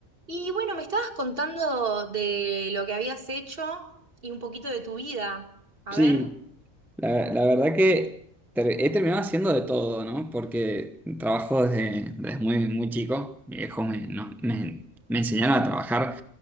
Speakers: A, on the right (about 40°); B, in the centre.
A: Y bueno, me estabas contando de lo que habías hecho y un poquito de tu vida. A
B: Sí,
A: ver,
B: la, la verdad que ter- he terminado haciendo de todo, ¿no? Porque trabajo desde, desde muy, muy chico. Mis viejos me, no- me- me enseñaron a trabajar,